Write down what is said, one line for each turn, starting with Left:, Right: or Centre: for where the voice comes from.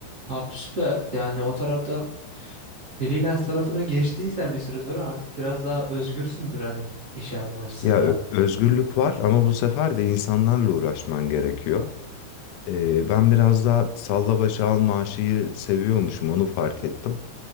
Right: Abi süper. Yani o taraftan freelance tarafına geçtiysen bir süre sonra artık biraz daha özgürsündür hani işe alma açısından.
Left: Ya ö- özgürlük var ama bu sefer de insanlarla uğraşman gerekiyor. Ee, ben biraz daha salla başa al maaşıyı seviyormuşum onu fark ettim.